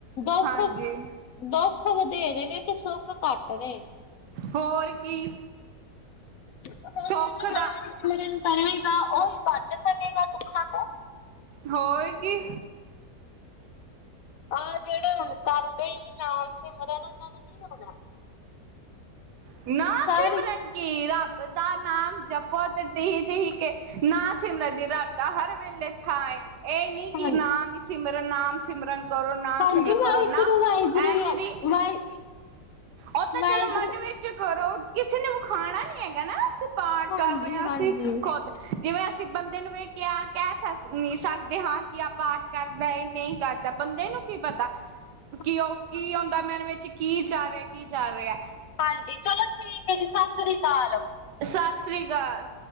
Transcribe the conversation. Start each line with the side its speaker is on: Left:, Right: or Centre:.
Left: ਦੁੱਖ
Right: ਹਾਂਜੀ।
Left: ਦੁੱਖ ਵਧੇਰੇ ਨੇ ਤੇ, ਸੁੱਖ ਘੱਟ ਨੇ
Right: ਹੋਰ ਕੀ।
Left: ਹੁਣ
Right: ਸੁੱਖ
Left: ਜਿਹੜਾ ਨਾਮ
Right: ਦਾ
Left: ਸਿਮਰਨ ਕਰੇਗਾ, ਉਹ ਹੀ ਬਚ ਸਕੇਗਾ ਦੁੱਖਾਂ ਤੋਂ
Right: ਹੋਰ ਕੀ।
Left: ਆਹ ਜਿਹੜੇ ਹੁਣ ਕਰਦੇ ਹੀ ਨਹੀਂ, ਨਾਮ ਸਿਮਰਨ ਉਹਨਾਂ ਦਾ ਨੀ ਹੋਣਾ।
Right: <unintelligible>
Left: ਸਾਰੇ
Right: ਕਿ ਰੱਬ ਦਾ ਨਾਮ ਜਪੋ ਤ ਠੀਕ- ਠੀਕ ਏ, ਨਾਮ ਸਿਮਰ ਦੀ ਰਾਤਾਂ ਹਰ ਵੇਲੇ ਹਾਏ ਇਹ ਨਹੀਂ ਕਿ
Left: ਹਾਂਜੀ
Right: ਨਾਮ ਸਿਮਰਨ, ਨਾਮ ਸਿਮਰਨ ਕਰੋ, ਨਾਮ
Left: ਹਾਂਜੀ
Right: ਸਿਮਰਨ
Left: ਵਾਹਿਗੁਰੂ
Right: ਕਰੋ, ਨਾ
Left: ਵਾਹਿਗੁਰੂ
Right: ਐ, ਜਿਹੜੀ?
Left: ਵਾਹਿ
Right: ਉਹ ਤਾਂ
Left: ਵਾਹਿਗੁਰੂ
Right: ਚਲੋ ਮਨ ਵਿੱਚ ਕਰੋ, ਕਿਸੇ ਨੇ ਵਿਖਾਣਾ ਨੀ ਹੈਗਾ ਨਾ ਪਾਠ
Left: ਹਾਂਜੀ
Right: ਕਰ ਰਹੇ ਆ,
Left: ਹਾਂਜੀ
Right: ਅਸੀ ਖੁਦ। ਜਿਵੇਂ ਅਸੀਂ ਬੰਦੇ ਨੂੰ ਵੇ ਕਿਹਾ, ਕਹਿ ਤਾਂ ਨੀ ਸਕਦੇ ਹਾਂ ਕਿ ਆ ਪਾਠ ਕਰਦਾ ਨਹੀਂ। ਘਰ ਦਾ, ਬੰਦੇ ਨੂੰ ਕੀ ਪਤਾ।
Left: <inaudible>
Right: ਕਿ, ਉਹ ਕੀ ਹੁੰਦਾ ਮਨ ਵਿੱਚ, ਕੀ ਚਲ ਰਿਹਾ ਕੀ ਚੱਲ ਰਿਹਾ
Left: ਹਾਂਜੀ, ਚਲੋ ਠੀਕ ਹੈ ਜੀ, ਸਤਿ ਸ੍ਰੀ ਅਕਾਲ
Right: ਸੱਸ ਸ੍ਰੀ ਕਾਲ-